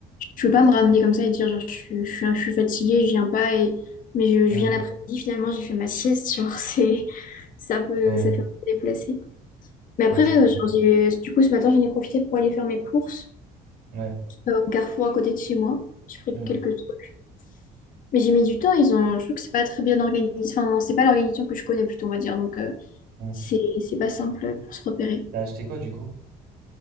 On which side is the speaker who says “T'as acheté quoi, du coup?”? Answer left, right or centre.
Right